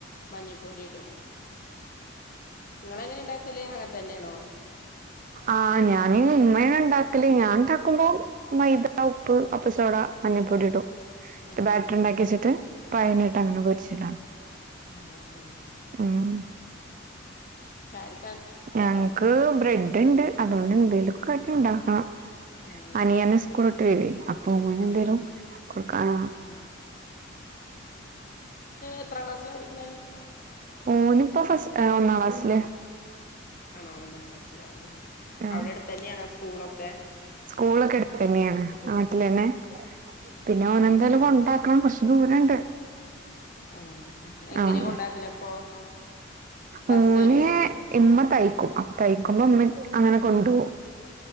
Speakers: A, on the left (about 45°); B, on the right (about 40°).
A: മഞ്ഞപ്പൊടി ഇടും. നിങ്ങളെങ്ങനെ ഉണ്ടാക്കല്, അങ്ങനെ തന്നെയാണോ?
B: ആ ഞാനി ഉമ്മണ് ഉണ്ടാക്കല്, ഞാൻ ഉണ്ടാക്കുമ്പോം മൈദ ഉപ്പ് അപ്പസോട മഞ്ഞപ്പൊടി ഇടും.
A: ആണോ
B: ബാറ്ററി ഉണ്ടാക്കി
A: ആഹ്
B: വെച്ചിട്ട് പയനായിട്ട് അങ്ങനെ പൊരിച്ചിടാണ്
A: ആണോ ആഹ് ആഹ്
B: ഉം
A: ചാടി
B: ഞങ്ങക്ക് ബ്രെഡ് ഉണ്ട്. അതുകൊണ്ട് എന്തേലും കഴിക്കാനുണ്ടാക്കണം
A: ആഹ്
B: അനിയന് സ്കൂ സ്കൂൾ ഇട്ടു വരുയ് അപ്പം എന്തേരും
A: ആണോ
B: കൊടുക്കണ
A: ആ എത്രാം ക്ലാസ്സിലാ പഠിക്കണേ?
B: ഓനിപ്പോ ഫസ് ഒന്നാം ക്ലാസ്സില്
A: ആണോ ഒന്നാം ക്ലാസ്സിലാണ്
B: ആഹ്
A: അവിടെ അടുത്ത് തന്നെയാണോ സ്കൂളൊ ക്കെ
B: സ്കൂളൊക്കെ അടുത്ത് തന്നെയാണ് നാട്ടിൽഎന്നെ <unintelligible> പിന്നെ ഓനന്തായാലും
A: ആഹ് ആഹ്
B: കൊണ്ടാക്കണം കുറച്ചു ദൂരവുണ്ട്.
A: ആണോ എങ്ങനെ
B: ആഹ്
A: കൊണ്ടാക്കലപ്പോ ബസ്സ്
B: ഓന്
A: വരുവോ
B: ഇങ്ങോട്ട് ആയി ഇമ തയ്ക്കുമ്പോ അങ്ങനെ കൊണ്ടുപോകും